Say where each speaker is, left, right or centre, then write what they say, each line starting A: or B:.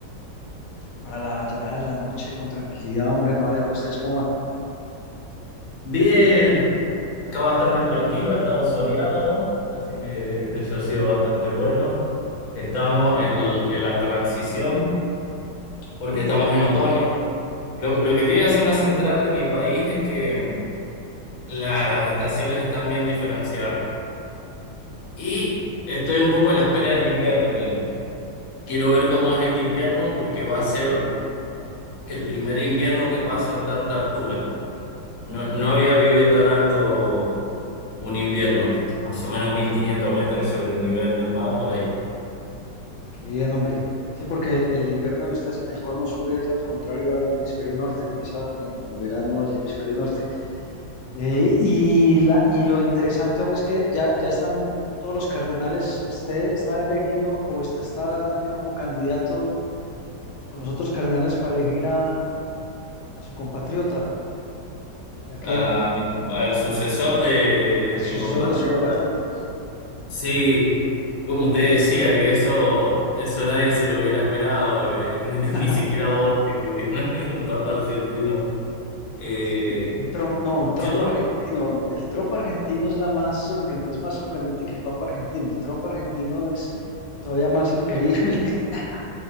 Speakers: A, on the left; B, on the left.
A: para la llegada de la noche con tranquilidad, hombre, Amadeo. ¿Ustedes cómo van?
B: Bien. Acá bastante tranquilo, ha estado soleado, así que eso ha sido bastante bueno. Estamos en, en la transición porque estamos en otoño. Lo, lo que tiene la zona central de mi país es que las estaciones están bien diferenciadas. Y estoy un poco a la espera del invierno, que el- Quiero ver cómo es este invierno porque va a ser el primer invierno que paso en tanta altura. No, no había vivido tan alto un invierno, más o menos 1500 metros sobre el nivel del mar, por ahí.
A: Qué bien, hombre. Sí, porque el, el invierno de ustedes en el cono sur es al contrario al hemisferio norte, empieza eh, en, verano del hemisferio norte. Eh, y, la, y lo interesante, hombre, es que ya, ya están todos los cardenales. ¿Usted está elegido o usted está también como candidato con los otros cardenales para elegir a, a su compatriota? ya que
B: Ah, mi- al sucesor de, de
A: al sucesor
B: mi compatriota.
A: de su compatriota. Sí.
B: Sí, como usted decía, que eso, eso nadie se lo hubiera esperado, eh, <laughs>
A: <laughs>
B: ni siquiera Borges, que hubiera <laughs> habido un papa argentino. Eh,
A: Sí, un Trump, no, un
B: yo
A: Trump argentino. El Trump argentino es la más sorpre- es más sorprendente que el Papa argentino. El Trump argentino es todavía más increíble. <laughs>